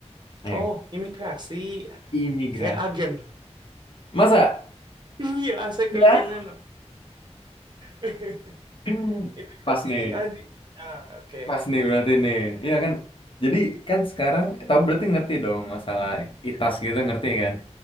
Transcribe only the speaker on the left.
ya
imigrasi
masa
ya
<laughs>
pas nih
Pas nih berarti nih. Iya kan? Jadi kan sekarang tahu berarti ngerti dong masalah ITAS gitu ngerti kan?